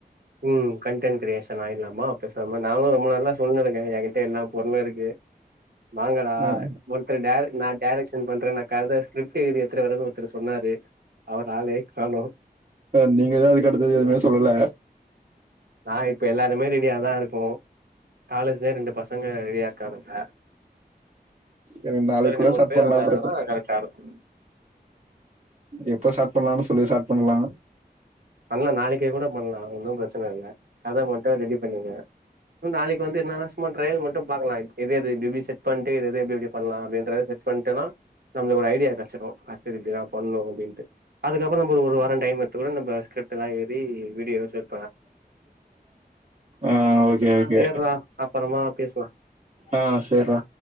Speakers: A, on the right; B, on the right.
A: உம் கண்டென்ட் கிரியேஷன் ஆயிரலாமா பேச ம நானு ரொம்ப நல்லா <unintelligible> எல்லா பொருளு இருக்கு வாங்கடா
B: ஆ
A: ஒருத்தர் டார நா டேரக்ஷன் பண்றே நா கத ஸ்கிர்ஃப்ட் எழுதி எடுத்துட்டு வரேனு ஒருத்தர் சொன்னாரு அவர ஆளயே காணோ
B: அ நீங்க தா அதுக்கு அடுத்தது எதுவுமே சொல்லல
A: நா இப்ப எல்லாருமே ரெடியாதா இருக்கோ காலேஜ்லயே ரெண்டு பசங்க ரெடியா இருக்கானுங்க
B: எனக்கு
A: இன்னும்
B: நாளைக்
A: ரெண்டு
B: கூட
A: மூணு
B: ஸ்டார்ட்
A: பேர்
B: பண்ணலா
A: வந்தாங்கன்னா
B: பிரச்ச
A: கரெக்டா இருக்கும்
B: எப்ப ஸ்டார்ட் பண்ணலானு சொல்லி ஸ்டார்ட் பண்ணலா
A: பண்ணலா நாளைக்கே கூட பண்ணலா ஒன்னும் பிரச்சன இல்ல கத மட்டும் ரெடி பண்ணுங்க நாளைக்கு வந்து என்னன்னா சும்மா ட்ரையல் மட்டு பாக்கலாம் எது எது எப்டி எப்பி செட் பண்ணி <unintelligible> எப்டி இருக்கு பண்ணலாம் அப்படின்றத செட் பண்ட்டோனா நம்மளுக்கு ஒரு ஐடியா கி பண்ணும் அடுத்தது இப்டிதா பண்ணு அப்டின்ட்டு அதுக்கப்புற ஒரு வாரம் டைம் எடுத்துகூட நம்ப ஸ்கிரிப்ட்டலாம் ஏறி வீடியோ செ
B: ஆஹ் ஓகே ஓகே
A: சேர்றா அப்பறமா பேசலா
B: ஆஹ் செரிடா